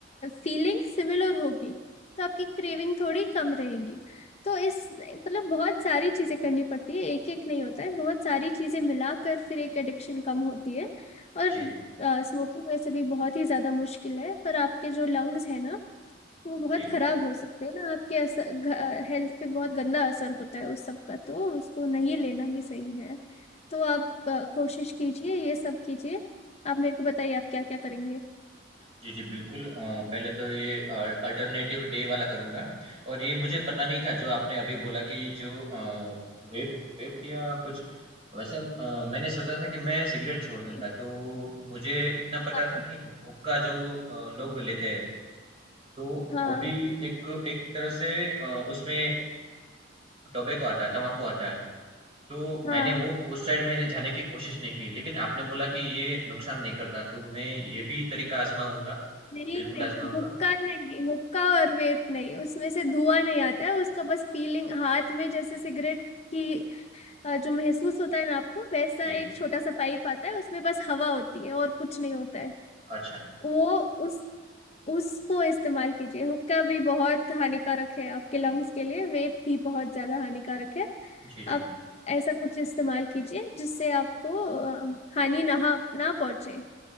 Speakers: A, on the left (about 35°); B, on the right (about 30°).
A: फीलिंग सिमिलर होगी तो आपकी क्रेविंग थोड़ी कम रहेगी तो इस मतलब बहुत सारी चीजें करनी पड़ती है एक एक नहीं होता है बहुत सारी चीजें मिलाकर फिर एक एडिक्शन कम होती है और
B: जी
A: स्मोकिंग वैसे भी बहुत ही ज्यादा मुश्किल है पर आपके जो लंग्स है ना तो वो बहुत
B: जी
A: खराब हो सकते हैं ना आपके असर हेल्थ पे बहुत गंदा असर होता है उस सब का तो उसको नहीं लेना ही सही है तो आप अ, कोशिश कीजिए ये सब कीजिए आप मेरे को बताइए आप क्या क्या करेंगे
B: जी, जी, बिल्कुल अ, पहले तो ये अ, अल्टरनेटिव डे वाला करूँगा और ये मुझे पता नहीं था जो आपने अभी बोला कि जो अ, वेप वेप या कुछ वैसे अ, मैंने सोचा था कि मैं सिगरेट छोड़
A: नहीं,
B: दूँगा तो मुझे इतना पता
A: हाँ
B: था कि हु- हुक्का जो अ, लोग लेते हैं तो
A: हाँ
B: वो भी एक एक तरह से अ, उसमें टोबैको आता है तम्बाकू आता है तो
A: हाँ
B: मैंने वो उस साइड मैंने जाने की कोशिश नहीं की लेकिन आपने बोला कि ये नुकसान नहीं करता तो मैं ये भी तरीका आजमाऊंगा
A: नहीं
B: बिल्कुल
A: नहीं
B: आजमाऊंगा
A: हुक्का नहीं हुक्का और वेप नहीं उसमें से धुआं नहीं आता है उसका बस फीलिंग हाथ में जैसे सिगरेट की अ, जो महसूस होता है ना आपको वैसा
B: जी
A: एक छोटा सा पाइप आता है उसमें बस हवा होती है और कुछ नहीं होता है
B: अच्छा
A: वो उस उसको इस्तेमाल कीजिए हुक्का भी बहुत हानिकारक है आपके लंग्स के लिए वेप भी बहुत ज्यादा हानिकारक है
B: जी
A: आप
B: जी
A: ऐसा कुछ इस्तेमाल कीजिए जिससे आपको अ, हानि ना ना पहुंचे